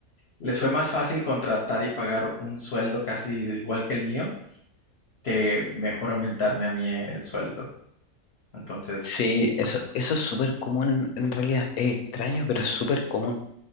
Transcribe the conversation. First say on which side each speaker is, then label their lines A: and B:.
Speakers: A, on the left; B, on the left.
A: Les fue más fácil contratar y pagar un sueldo casi igual que el mío que mejor aumentarme a mí el sueldo. Entonces,
B: sí, eso, eso es súper común en, en realidad. Es extraño, pero es súper común.